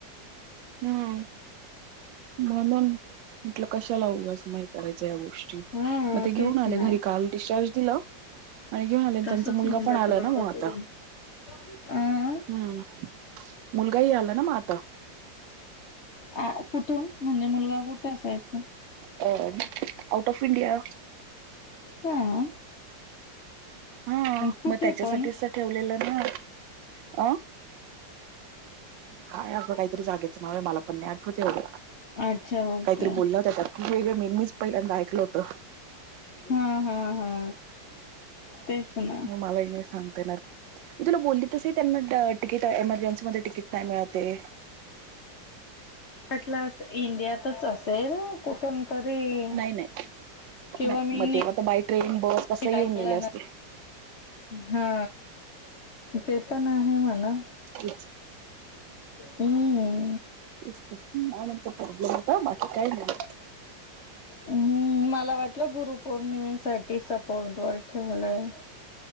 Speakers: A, on the right; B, on the left.
A: हम्म. म्हणून म्हटल कशाला उगच नाही करायच्या या गोष्टी
B: हा
A: मग ते घेऊन
B: तेच
A: आले
B: ना
A: घरी काल डिस्चार्ज दिला. आणि घेऊन आले,
B: तसच
A: त्यांचा मुलगा
B: होऊन
A: पण
B: जातं
A: आला
B: बाबा
A: ना मग आता.
B: ते अं
A: हम्म, मुलगाही आला ना म आता
B: अं कुठून? म्हणजे मुलगा कुठे असायचा?
A: अं आऊट ऑफ इंडिया
B: हा?
A: हा
B: कुठे
A: मग त्याच्यासाठीच
B: पण?
A: तर ठेवलेलं नं, अं काय असं काईतरी जागेचं नाव मला, मला पण नाई आठवत एवढं,
B: अच्छा ओके
A: काईतरी बोलल्या होत्या त्या <unintelligible> मी मीच पहिल्यांदा ऐकलं होतं.
B: हा हा हा, तेच ना.
A: म मलाही नाई सांगता येणार. मी तुला बोलली तसंही त्यांना ट टिकिट एमर्जन्सी मध्ये टिकीट नाही मिळत ए.
B: वाटलं इंडियातच असेल कुठून तरी
A: नाही नाही
B: किंवा
A: नाही
B: मी
A: मग
B: ली
A: तेव्हा तर बाय ट्रेन बस कसं
B: नीट
A: येऊन
B: ऐकलं
A: गेले असते
B: ना हा ते पण आहे म्हणा,
A: तेच
B: हम्म.
A: <unintelligible> बाकी काय नाई.
B: हम्म, मला वाटलं गुरुपौर्णिमेसाठी सपोर्ट वर ठेवलंय.